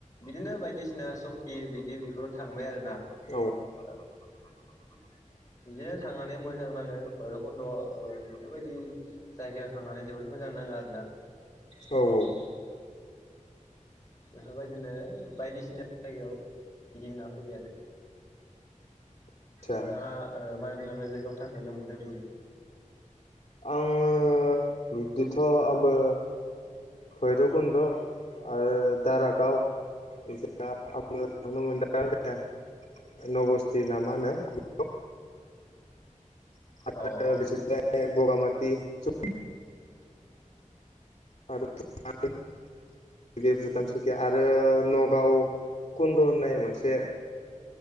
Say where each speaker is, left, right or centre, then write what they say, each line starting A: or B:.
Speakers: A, on the left; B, on the left.
A: बिदिनो बायदिसिना सकि बिदि बेफोराव थांबाय आरो ना।
B: औ
A: <unintelligible> बिदिनो थांनानै मोजां नाङो भैरबकुन्द ओ बेफोरबायदि जायगायाव थांनानै जोबोद मोजां नाङो आरो ना।
B: औ औ
A: बेफोरबायदिनो यै बायदिसिना जायगायाव गिदिंना फैबाय आरो।
B: आदसा
A: नोंथाङा ओ माबे माबे जायगायाव थांफेरनो मोनखो बिदि?
B: आङो बिब्दिथ' आंबो भैरबकुन्द आरो दारागाव <unintelligible>
A: अ
B: <unintelligible>
A: अ
B: <unintelligible> कुन्द' होननाय मोनसे